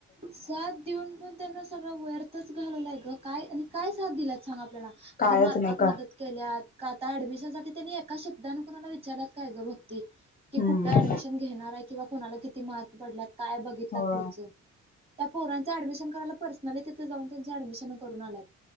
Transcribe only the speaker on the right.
साथ देऊन पण त्यांना सगळं वयर्थच घालवलंय ग काय आणि काय साथ दिलात सांग आपल्याला कधी
मार्कात
मदत केल्यात का आता ॲडमिशनसाठी त्यांनी एका शब्दनें कोुणाला विचारत काय गं बघ क
कुठ ऍडमिशन घे किंवा कणा किती मार्क पड काय लाडचं
त्या पोरांचं ऍडमिशन करायला पर्सनली तिथं जाऊन त्यां ऍडमिशन करून आल्यात